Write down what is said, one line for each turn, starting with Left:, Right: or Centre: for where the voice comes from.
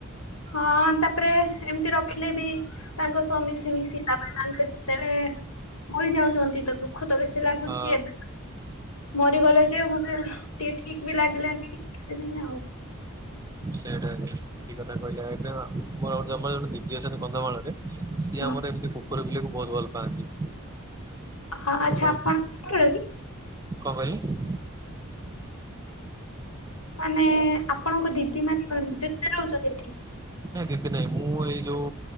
Left: ହଁ, ତାପରେ ଏମିତି ରଖିଲେ ବି ତାଙ୍କ ସହ ମିଶି ମିଶିି, ତାଙ୍କେ ଯେତେବେଳେ ମରି ଯାଉଚନ୍ତି ତ ଦୁଃ ଦୁଃଖ ତ ବେଶୀ ଲାଗୁଚି,
Right: ହଁ
Left: ଏ ମରିଗଲ ଯେ ମତେ, ଟିକେ ଠିକ ବି ଲାଗିଲାନି, କେତେ ଦିନି ଆଉ।
Right: ସେଇଟା କି କଥା କହିଲେ? ମୋ <unintelligible> ଦିଦି ଅଛନ୍ତି ବନ୍ଧମାଳରେ, ସିଏ
Left: ହଁ
Right: ଆମର ଏମିତି କୁକୁର ବିଲେଇକୁ ବହୁତ ଭଲ ପାଆନ୍ତି।
Left: ହଁ, ଆଛା,
Right: ବହୁତ
Left: ଆପଣ <unintelligible> କି?
Right: କଣ କହିଲେ?
Left: ମାନେ ଆପଣଙ୍କ ଦିଦି ମାନେ କଣ? ନିଜେ ନିଜେ ରହୁଚନ୍ତି ଏଠି?
Right: ନାଇଁ, ଦିଦି ନାଇଁ, ମୁଁ ଏଇ ଯୋଉ